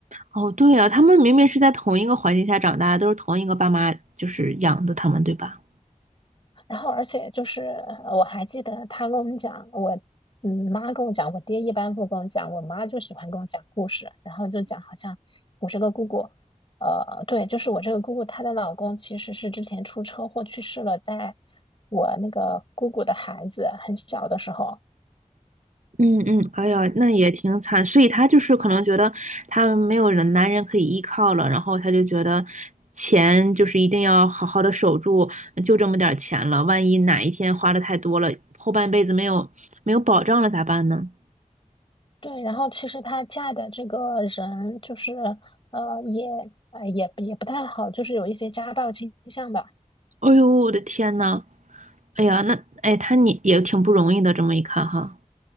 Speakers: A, on the right; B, on the left.
A: 哦，对呀，他们明明是在同一个环境下长大的都是同一个爸妈就是养的他们，对吧？
B: 然后，而且就是呃我还记得他跟我们讲，我嗯妈跟我讲，我爹一般不跟我讲，我妈就喜欢跟我讲故事，然后就讲好像我这个姑姑，呃，对，就是我这个姑姑，她的老公其实是之前出车祸去世了，在我那个姑姑的孩子很小的时候，
A: 嗯嗯，哎呀，那也挺惨，所以他就是可能觉得他没有人男人可以依靠了，然后他就觉得钱就是一定要好好的守住，就这么点儿钱了，万一哪一天花的太多了，后半辈子没有没有保障了咋办呢？
B: 对，然后其实她嫁的这个人就是呃也呃也也不太好，就是有一些家暴倾向吧。
A: 哎呦，我的天呐，哎呀，那哎他你也挺不容易的，这么一看哈。